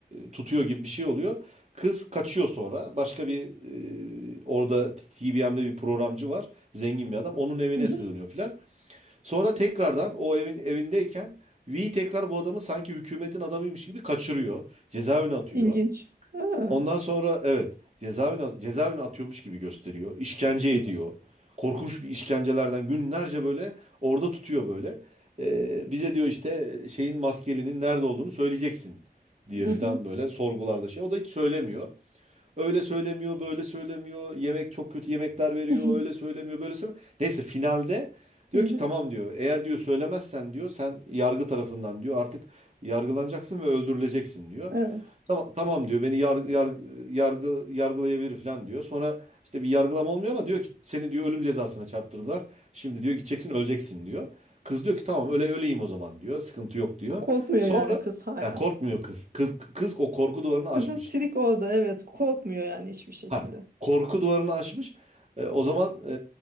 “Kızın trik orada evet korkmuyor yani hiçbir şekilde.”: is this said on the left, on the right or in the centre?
Right